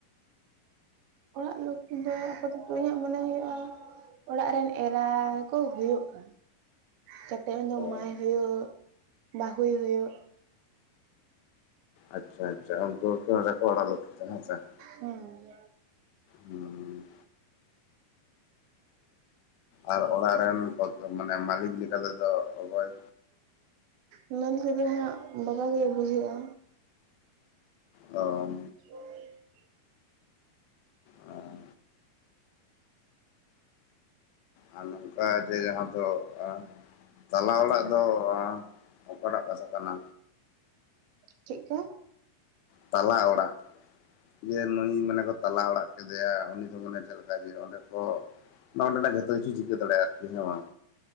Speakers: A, on the right (about 80°); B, on the left (about 80°).
A: ᱚᱲᱟᱜ ᱞᱚᱠᱷᱤ ᱫᱚ ᱟᱯᱟᱛ ᱛᱚᱛᱚ ᱤᱧᱟᱹᱜ ᱢᱚᱱᱮ ᱦᱩᱭᱩᱜᱼᱟ ᱚᱲᱟᱜ ᱨᱮᱱ ᱮᱨᱟ ᱠᱚ ᱦᱩᱭᱩᱜᱼᱟ, ᱠᱟᱛᱮ ᱩᱱᱤ ᱫᱚ
B: ᱚ
A: ᱢᱟᱭ ᱦᱩᱭᱩᱜ, ᱵᱟᱹᱦᱩᱭ ᱦᱩᱭᱩᱜ ᱾
B: ᱟᱪᱪᱷᱟ ᱟᱪᱪᱷᱟ ᱩᱱᱠᱩ ᱜᱮ ᱠᱚ ᱢᱮᱛᱟ ᱠᱚᱣᱟ ᱚᱲᱟᱜ ᱞᱚᱠᱷᱤ ᱫᱚᱱᱟᱜ ᱦᱮᱸᱥᱮ ᱾
A: ᱦᱩᱸ
B: ᱦᱩᱸ᱾ ᱟᱨ ᱚᱲᱟᱜ ᱨᱮᱱ ᱢᱟᱱᱮ ᱢᱟᱹᱞᱤᱠ ᱞᱮᱠᱟ ᱛᱮᱫᱚ ᱚᱠᱚᱭ?
A: ᱚᱱᱟ ᱛᱮᱫᱚ ᱦᱟᱸᱜ ᱵᱟᱵᱟ ᱜᱮᱭ ᱵᱩᱡᱷᱟᱹᱜᱼᱟ᱾
B: ᱚᱻ᱾
A: <inaudible>
B: ᱟᱻ᱾ ᱟᱨ ᱱᱚᱝᱠᱟ ᱡᱮ ᱡᱟᱦᱟᱸ ᱫᱚ <unintelligible> ᱛᱟᱞᱟ ᱚᱲᱟᱜ ᱫᱚ ᱚᱠᱟ ᱴᱟᱜ ᱠᱟᱛᱷᱟ ᱠᱟᱱᱟ?
A: ᱪᱮᱫ ᱠᱟ?
B: ᱛᱟᱞᱟ ᱚᱲᱟᱜ᱾ ᱡᱮ ᱱᱩᱭ ᱢᱟᱱᱮ ᱠᱚ ᱛᱟᱞᱟ ᱚᱲᱟᱜ ᱠᱮᱫᱮᱭᱟ, ᱩᱱᱤ ᱫᱚ ᱢᱟᱱᱮ ᱪᱮᱫ ᱞᱮᱠᱟ ᱡᱮ ᱚᱸᱰᱮ ᱠᱚ ᱱᱚᱸᱰᱮᱱᱟᱜ ᱡᱚᱛᱚ ᱠᱤᱪᱷᱩᱭ ᱪᱤᱠᱟᱹ ᱫᱟᱲᱮᱭᱟᱜ-ᱟ <unintelligible>